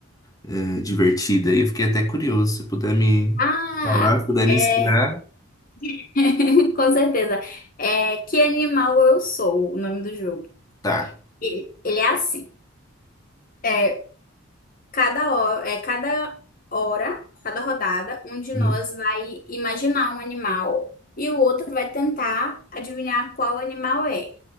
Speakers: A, on the left; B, on the left.
A: é, divertido aí, eu fiquei até curioso. Se puder me
B: Ah,
A: falar, se puder me
B: é,
A: ensinar,
B: <laughs> com certeza. É, que animal eu sou, o nome do jogo.
A: tá.
B: Ele, ele é assim. é Cada hora, é, cada hora, cada rodada, um de
A: Uhum,
B: nós vai imaginar um animal e o outro vai tentar adivinhar qual animal é.